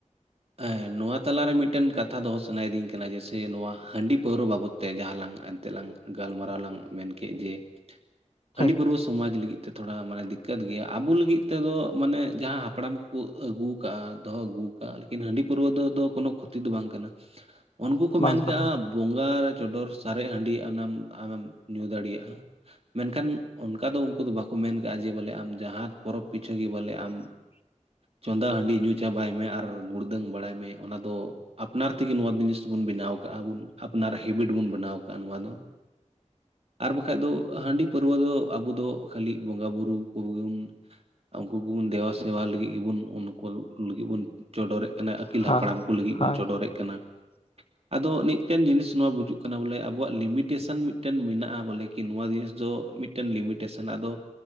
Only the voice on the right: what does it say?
ᱦᱮᱸ ᱱᱚᱣᱟ ᱛᱟᱞᱟᱨᱮ ᱢᱤᱫᱴᱮᱱ ᱠᱟᱛᱷᱟ ᱫᱚᱦᱚ ᱥᱟᱱᱟᱭᱤᱫᱤᱧ ᱠᱟᱱᱟ ᱡᱮᱭᱥᱮ ᱱᱚᱣᱟ ᱦᱟᱺᱰᱤ ᱯᱟᱹᱣᱨᱟᱹ ᱵᱟᱵᱚᱫ ᱛᱮ ᱡᱟᱦᱟᱸ ᱞᱟᱝ ᱮᱱᱛᱮᱜ ᱞᱟᱝ ᱜᱟᱞᱢᱟᱨᱟᱣ ᱞᱟᱝ ᱢᱮᱱ ᱠᱮᱫ ᱡᱮ
ᱦᱟᱺᱰᱤ ᱯᱟᱹᱨᱟᱹᱣᱟ ᱥᱚᱢᱟᱡᱽ ᱞᱟᱹᱜᱤᱫ ᱛᱮ ᱛᱷᱚᱲᱟ ᱢᱟᱱᱮ ᱫᱤᱠᱠᱟ. ᱛ ᱜᱮᱭᱟ ᱟᱵᱚ ᱞᱟᱹᱜᱤᱫ ᱛᱮᱫᱚ ᱢᱟᱱᱮ ᱡᱟᱦᱟᱸ ᱦᱟᱯᱲᱟᱢ ᱠᱚ ᱟᱹᱜᱩ ᱠᱟᱜᱼᱟ ᱫᱚᱦᱚ ᱟᱹᱜᱩ ᱠᱟᱜᱼᱟ ᱦᱟᱺᱰᱤ ᱯᱟᱹᱨᱟᱹᱣᱟ ᱫᱚ ᱠᱳᱱᱳ ᱠᱷᱚᱛᱤ ᱫᱚ ᱵᱟᱝ ᱠᱟᱱᱟ ᱩᱱᱠᱩ ᱠᱚ ᱢᱮᱱ
ᱠᱟᱜᱼᱟ
ᱵᱚᱸᱜᱟ ᱨᱮ ᱪᱚᱰᱚᱨ ᱥᱟᱨᱮᱡ ᱦᱟᱺᱰᱤ ᱚᱱᱟᱢ ᱟᱢᱮᱢ ᱧᱩ ᱫᱟᱲᱮᱭᱟᱜᱼᱟ᱾ ᱢᱮᱱᱠᱷᱟᱱ ᱚᱱᱠᱟ ᱫᱚ ᱩᱱᱠᱩ ᱫᱚ ᱵᱟᱠᱚ ᱢᱮᱱ ᱠᱟᱜᱼᱟ ᱡᱮ ᱵᱚᱞᱮ ᱟᱢ ᱡᱟᱦᱟᱸ ᱯᱚᱨᱚᱵᱽ ᱯᱤᱪᱷᱟᱹ ᱜᱮ ᱵᱚᱞᱮ ᱟᱢ
ᱪᱚᱸᱫᱟ ᱦᱟᱺᱰᱤ ᱧᱩ ᱪᱟᱵᱟᱭ ᱢᱮ ᱟᱨ ᱜᱩᱲᱫᱟᱹᱝ ᱵᱟᱲᱟᱭ ᱢᱮ ᱚᱱᱟ ᱫᱚ ᱟᱯᱱᱟᱨ ᱛᱮᱜᱮ ᱱᱚᱣᱟ ᱡᱤᱱᱤᱥ ᱵᱚᱱ ᱵᱮᱱᱟᱣ ᱠᱟᱣᱟ ᱵᱚᱱ ᱟᱯᱱᱟᱨ ᱦᱮᱵᱤᱴ ᱵᱚᱱ ᱵᱮᱱᱟᱣ ᱟᱠᱟᱟᱜᱼᱟ ᱱᱚᱣᱟ ᱫᱚ᱾ ᱟᱨ ᱵᱟᱠᱷᱟᱡ ᱫᱚ ᱦᱟᱺᱰᱤ ᱯᱟᱹᱨᱣᱟ ᱫᱚ ᱟᱵᱚ ᱫᱚ ᱠᱷᱟᱹᱞᱤ ᱵᱚᱸᱜᱟᱵᱩᱨᱩ ᱠᱚᱜᱮ ᱵᱚᱱ ᱩᱱᱠᱩ ᱠᱚᱵᱚᱱ ᱫᱮᱵᱟᱥᱮᱵᱟ ᱞᱟᱹᱜᱤᱫ ᱜᱮᱵᱚᱱ ᱩᱱᱠᱩ ᱞᱟᱹᱜᱤᱫ ᱵᱚᱱ ᱪᱚᱰᱚᱨᱮᱜ ᱠᱟᱱᱟ ᱟᱹᱜᱤᱞ
ᱦᱟᱯᱲᱟᱢ ᱠᱚ ᱞᱟᱹᱜᱤᱫ
ᱵᱚᱱ ᱪᱚᱰᱚᱨᱮᱫ ᱠᱟᱱᱟ᱾
ᱟᱫᱚ ᱢᱤᱫᱴᱮᱱ ᱡᱤᱱᱤᱥ ᱱᱚᱣᱟ ᱵᱩᱡᱩᱜ ᱠᱟᱱᱟ ᱵᱚᱞᱮ ᱟᱵᱚᱣᱟᱜ ᱞᱤᱢᱤᱴᱮᱥᱚᱱ ᱢᱤᱫᱴᱮᱱ ᱢᱮᱱᱟᱜᱼᱟ ᱵᱚᱞᱮ ᱠᱤ ᱱᱚᱣᱟ ᱡᱤᱱᱤᱥ ᱫᱚ ᱢᱤᱫᱴᱮᱱ ᱞᱤᱢᱤᱴᱮᱥᱚᱱ ᱟᱫᱚ